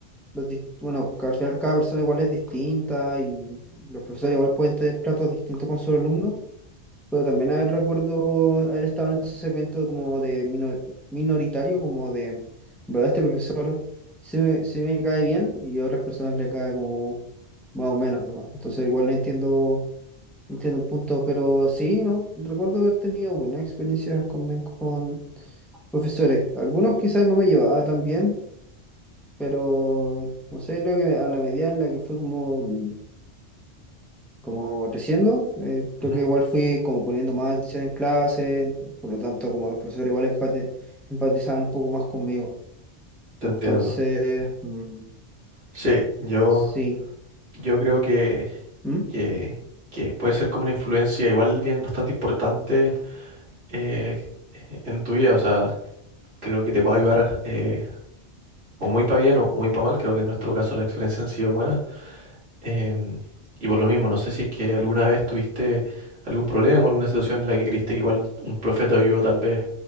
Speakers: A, in the centre; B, on the right.
A: los, dis- bueno, que al final cada persona igual es distinta y los profesores igual pueden tener tratos distintos con sus alumnos, pero también a recuerdo haber estado en ese segmento como de mino- minoritario, como de, en verdad, este profesor sí me, sí me cae bien y a otras personas le cae como más o menos, ¿no? Entonces igual entiendo, entiendo el punto, pero sí, ¿no? Recuerdo haber tenido buenas experiencias con, con profesores. Algunos quizás no me llevaba tan bien, pero no sé, creo que a la medida en la que fue como mm, como creciendo, eh, creo
B: Ujú,
A: que igual fui como poniendo más atención en clase, por lo tanto como los profesores igual empate- empatizaban un poco más conmigo.
B: Te
A: Entonces,
B: entiendo.
A: mm,
B: Sí, yo,
A: sí.
B: yo creo que
A: ¿Mm?
B: que, que puede ser como una influencia igual bien bastante importante eh, en tu vida. O sea, creo que te puede ayudar eh, o muy para bien o muy para mal. Creo que en nuestro caso las experiencias han sido buenas. Em, y por lo mismo, no sé si es que alguna vez tuviste algún problema, alguna situación en la que creíste que igual un profe te ayudó tal vez